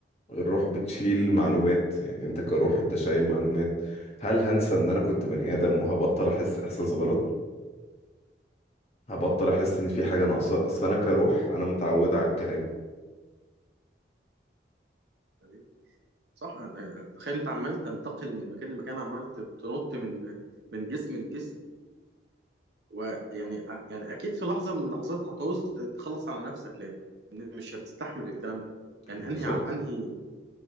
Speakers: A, on the left; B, on the right.
A: الروح بتشيل معلومات يعني انت كروح انت شايل معلومات هل هنسى ان انا كنت بني ادم وهبطل احس احساس غلط هبطل احس ان في حاجه
B: آه،
A: ناقصه اصل
B: تمام
A: انا كروح انا متعوده على الكلام
B: تمام. صح أنا- أنا- تخيل انت عمال تنتقل من مكان لمكان عمال تنط من من جسم لجسم ويعني آه، يعني اكيد في لحظه من اللحظات هتعوز تخلص على نفسك لان مش هتستحمل الكلام ده يعني
A: بالظبط
B: انهي انهي